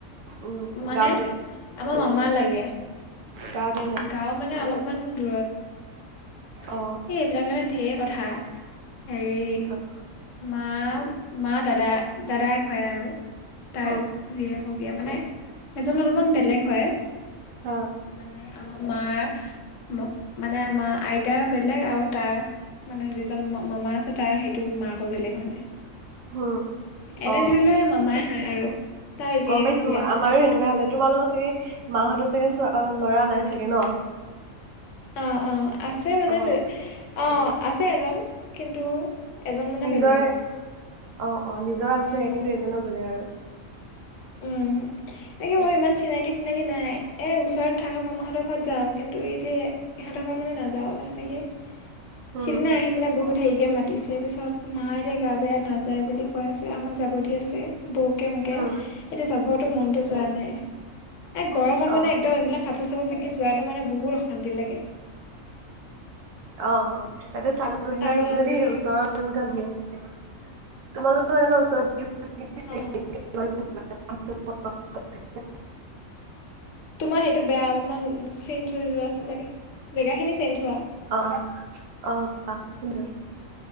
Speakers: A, on the right (about 75°); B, on the left (about 70°).
A: উম
B: মানে
A: গাঁৱতে
B: আমাৰ মামা লাগে
A: গাঁৱতে ন
B: গাও মানে অলপ অকণমান দূৰত
A: অ
B: এই এইবিলাক মানে ধেই কথা হেৰি
A: কি হ'ল
B: মা মা দাদা দাদায়েক হয় আৰু তাৰ
A: হম
B: জীয়েকৰ বিয়া মানে সেইজন অলপমান বেলেগ হয়
A: হা
B: মানে আমাৰ মা মানে আমাৰ আইতা বেলেগ আৰু তাৰ মানে যিজন মামা আছে তাৰ সেইটো মাকো বেলেগ মানে
A: হম
B: এনে
A: অ
B: ধৰি লোৱা মামাই হয় আৰু তাৰ জীয়েকো
A: গম পাইছো
B: বিয়া
A: আমাৰো এনেকুৱা হলে তোমালোকৰ চাগে মা হতৰ ছাগে চোৱা লৰা নাই ছাগে ন
B: অ অ অ আছে মানে
A: অ
B: অ আছে এজন কিন্তু এজন মানে
A: নিজৰে
B: বেলেগ
A: অ অ নিজৰ আছে
B: উম
A: কিন্তু এজনোবেলেগ আৰু
B: উম এনেকে
A: তাত
B: মানে ইমান চিনাকি তিনাকি নাই এ ওচৰত থকা মামাহতৰ ঘৰত যাও কিন্তু এতিয়া ইহঁতৰ ঘৰত মানে নাযাও তেনেকে
A: উম
B: সিদিনা আহি মানে বহুত হেৰিকে মাতিছে তাৰ পিছত মা এতিয়া গা বেয়া নাযায় বুলি কৈ আছে আমাক যাব দি আছে বৌকে মোকে
A: উম
B: এতিয়া যাবতো মনতটো যোৱা নাই এ গৰমত মানে
A: অ
B: একদম এইবিলাক কাপোৰ চাপোৰ পিন্ধি যোৱাটো মানে বহুত অশান্তি লাগে
A: অ তাতে চাদৰ মেখেলা
B: আৰু
A: যদি
B: আমি
A: ওচৰৰ এনেকুৱা বিয়া আছে তোমালোকৰ এনেকৈ ওচৰত বিয়া
B: অ
A: <inaudible>
B: তোমাৰ সেইটো বেয়া অলপমান চেঞ্জ হৈ যোৱা ছাগে জেগাখিনি চেঞ্জ হোৱা
A: অ অ অ আহ শুন